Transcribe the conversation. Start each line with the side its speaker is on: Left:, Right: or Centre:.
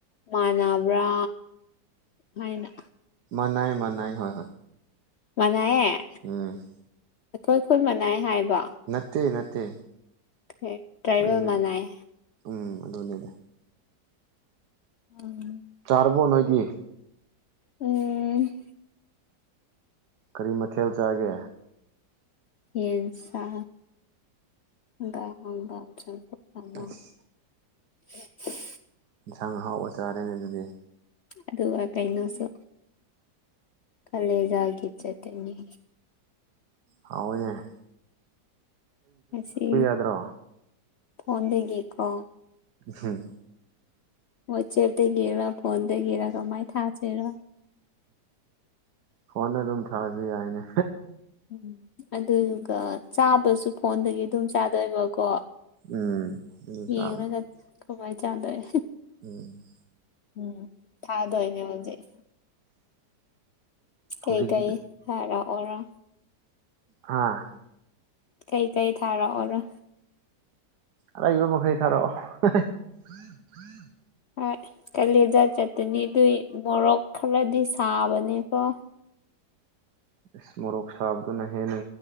Left: ꯃꯥꯟꯅꯕ꯭ꯔꯥ ꯍꯥꯏꯅ
Right: ꯃꯥ ꯅꯥꯏ ꯃꯥ ꯅꯥꯏ ꯍ
Left: ꯃꯥꯅꯌꯦ
Right: ꯎꯝ
Left: ꯑꯩꯈꯣꯏ ꯈꯨꯜ ꯃꯅꯥꯏꯌꯦ ꯍꯥꯏꯕ
Right: ꯅꯠꯇꯦ ꯅꯠꯇꯦ
Left: ꯍ ꯇ꯭ꯔꯥꯏꯕꯦꯜ
Right: ꯈꯨꯟꯗꯤ
Left: ꯃꯅꯥꯏ
Right: ꯎꯝ ꯑꯗꯨꯅꯤꯗ
Left: ꯎꯝ
Right: ꯇꯕꯣ ꯅꯣꯏꯗꯤ
Left: ꯎꯝ
Right: ꯀꯔꯤ ꯃꯊꯦꯜ ꯆꯥꯒꯦ
Left: ꯌꯦꯟꯁꯥ ꯒꯥ ꯍꯪꯒꯥꯝ ꯆꯝꯐꯨꯠ ꯑꯃ
Right: ꯑꯁ
Left: <unintelligible>
Right: ꯏꯟꯁꯥꯡ ꯑꯍꯥꯎꯕ ꯆꯥꯔꯦꯅꯦ ꯑꯗꯨꯗꯤ
Left: ꯑꯗꯨꯒ ꯀꯩꯅꯣꯁꯨ ꯀꯂꯦꯖꯥꯒꯤ ꯆꯠꯇꯅꯤ
Right: ꯍꯥꯎꯏꯅꯦ
Left: ꯉꯥꯁꯤ
Right: ꯌꯥꯗ꯭ꯔꯣ
Left: ꯐꯣꯟꯗꯒꯤ ꯀꯣ
Right: ꯍꯝ
Left: ꯋꯥꯠꯆꯦꯞꯗꯒꯤꯔ ꯐꯣꯟꯗꯒꯤꯔ ꯀꯃꯥꯏ ꯊꯥꯥꯁꯤꯔ
Right: ꯐꯣꯟꯗ ꯑꯗꯨꯝ ꯊꯥꯔꯁꯨ ꯌꯥꯏꯅꯦ
Left: ꯎꯝ ꯑꯗꯨꯒ ꯆꯥꯕꯁꯨ ꯐꯣꯟꯗꯒꯤ ꯑꯗꯨꯝ ꯆꯥꯗꯣꯏꯕꯀꯣ
Right: ꯎꯝ ꯑꯗꯨ
Left: ꯌꯦꯡꯕꯒ
Right: ꯆꯥꯕ
Left: ꯀꯃꯥꯏ ꯆꯥꯗꯣꯏ
Right: ꯎꯝ
Left: ꯎꯝ ꯊꯥꯗꯣꯏꯅꯦ ꯍꯧꯖꯤꯛ ꯀꯩꯀꯩ
Right: ꯍꯧꯖꯤꯛꯇꯤ
Left: ꯍꯥꯏꯔ ꯑꯣꯔꯥ
Right: ꯑꯥ
Left: ꯀꯩ ꯀꯩ ꯊꯥꯔ ꯑꯣꯔ
Right: ꯑꯔꯩꯕꯥ ꯃꯈꯩ ꯊꯔꯛꯑꯣ <unintelligible>
Left: ꯍꯣꯏ ꯀꯂꯦꯖꯥ ꯆꯠꯇꯅꯤ ꯑꯗꯨꯏ ꯃꯣꯔꯣꯛ ꯈꯔꯗꯤ ꯁꯥꯕꯅꯤꯀꯣ
Right: ꯏꯁ ꯃꯣꯔꯣꯛ ꯁꯥꯕꯗꯨꯅ ꯍꯦꯟꯅ